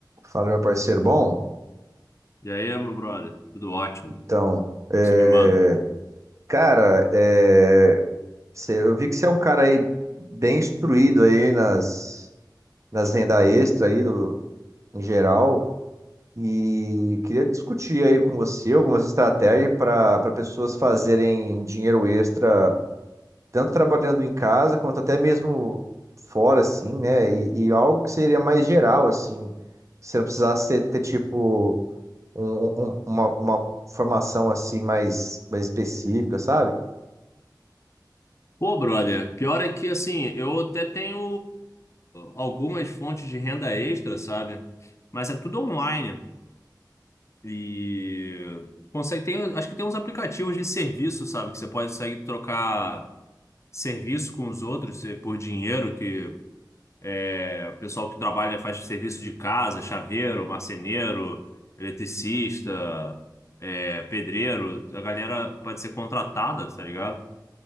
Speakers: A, on the right; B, on the left.
A: Fala, meu parceiro. Bom,
B: E aí, meu brother? Tudo ótimo.
A: então,
B: O
A: é,
B: que que você me manda?
A: cara, é, cê- eu vi que você é um cara aí bem instruído aí nas, nas renda extra aí do, em geral e queria discutir aí com você algumas estratégias para para pessoas fazerem dinheiro extra, tanto trabalhando em casa quanto até mesmo fora, assim, né? E, e algo que seria mais geral, assim, você não precisasse ter tipo um- um- uma, uma formação assim mais, mais específica, sabe?
B: Pô, brother, pior é que, assim, eu até tenho algumas fontes de renda extra, sabe? Mas é tudo online. E consegue, tem, acho que tem uns aplicativos de serviço, sabe? Que você pode consegue trocar serviço com os outros eh, por dinheiro, que é, o pessoal que trabalha faz serviço de casa, chaveiro, marceneiro, eletricista, eh, pedreiro. A galera pode ser contratada, tá ligado?